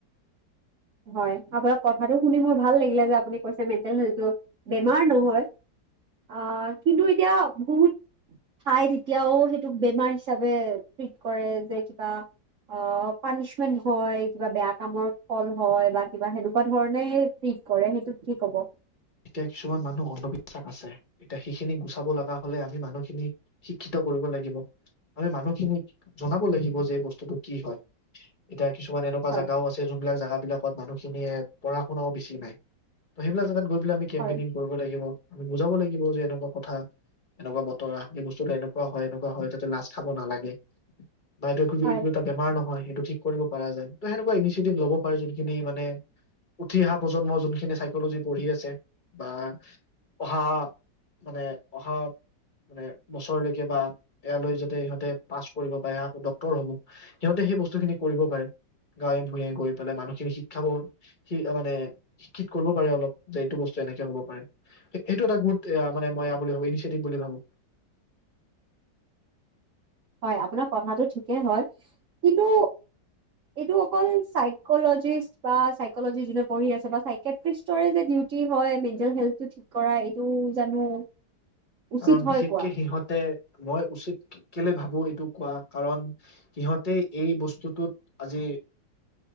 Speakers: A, on the right; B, on the left.
A: হয় আপোনাক কথাটো শুনি মোৰ ভাল লাগিলে যে আপুনি কৈছে মেণ্টেল হেলটো বেমাৰ নহয়, আহ কিন্তু এতিয়া বহুত ঠাই তেতিয়াও সেইটোক বেমাৰ হিচাপে - টুইট কৰে যে - অ, অ, পানিচমেন্ট হয় কিবা বেয়া কামৰ ফল - হয় বা কিবা সেনেকুৱা ধৰণেই ঠিক কৰে সেইটোত কি কব?
B: এতিয়া কিছুমান মানুহ অন্ধবিশ্বাস আছে এতিয়া সেইখিনি গুচাব লগা হলে আমি মানুহখিনিক শিক্ষিত কৰিব লাগিব আমি মানুহখিনিক জনাব লাগিব যে বস্তু টো কি হয় এতিয়া কিছুমান এনেকুৱা
A: হয়
B: জাগাও আছে যোনবিলাক জাগাত বিলাকত মানুহ খিনিয়ে পঢ়া শুনাও বেছি নাই ত সেইবিলাক জেগাত হলেও আমি কেম্পেইনিং
A: হয়
B: কৰিব লাগিব। আমি বুজাব লাগিব যে এনেকুৱা কথা এনেকুৱা বতৰা এই বস্তু এনেকুৱা হয় এনেকুৱা হয় যাতে লাজ খাব নালাগে বাইদেউ সুধিবি
A: হয়
B: এইটো এটা বেমাৰ নহয়। সেইটো ঠিক কৰিব পৰা যায়। ত সেনেকুৱা ইনিচিয়েটিভ ল'ব পাৰে যোনখিনি মানে উঠি অহা প্ৰজন্ম যোনখিনি চাইকলজি পঢ়ি আছে বা অহা মানে অহা মানে বছৰলৈকে বা এয়ালৈ যাতে সিহঁতে পাছ কৰিব পাৰে এয়াটো ডক্তৰ হব। সিহঁতে সেই বস্তুখিনি কৰিব পাৰে। গাঁৱে-ভূঞে গৈ পেলাই মানুহখিনি শিক্ষাব মানে শিক্ষিত কৰিব পাৰে অলপ। যে এইটো বস্তু এনেকে হব পাৰে। এইটো এটা গুড এয়া মানে মই এয়া বুলি ভাবো ইনিচিয়েটিভ বুলি ভাবো।
A: হয় আপোনাৰ কথাটো ঠিকে হয় কিন্তু এইটো অকল চাইকলজিষ্ট বা চাইকলজি যোনে পঢ়ি আছে বা ছাইক্ৰেটিষ্টৰে যে ডীউটি হয় মেণ্টেল হেল্থটো থিক কৰা এইটো জানো উচিত
B: কাৰণ
A: হয়
B: বিশেষকে
A: কোৱা?
B: সিহঁতে মই উচিত কেলে ভাবো এইটো কোৱা কাৰণ সিহঁতে এই বস্তুটোত আজি